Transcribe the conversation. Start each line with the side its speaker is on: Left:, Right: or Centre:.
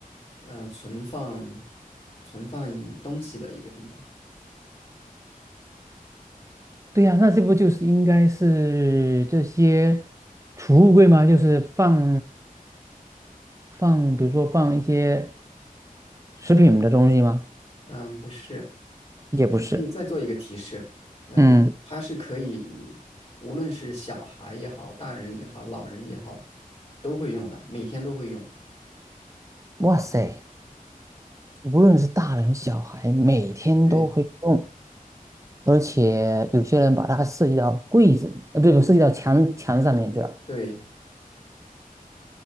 Left: 嗯，存放存放东西的一个地方。
Right: 对呀、那这不就是应该是这些储物柜吗？就是放放，比如说放一些食品的东西吗？
Left: 嗯，不是，
Right: 也不是。
Left: 我可以再做一个提示。嗯，
Right: 嗯，
Left: 它是可以，无论是小孩也好，大人也好，老人也好，都会用的，每天都会用。
Right: 哇塞，无论是大人小孩，每天都会用，
Left: 对
Right: 而且有些人把它设计到柜子里，呃，不是不设计到墙墙上面去了。
Left: 对。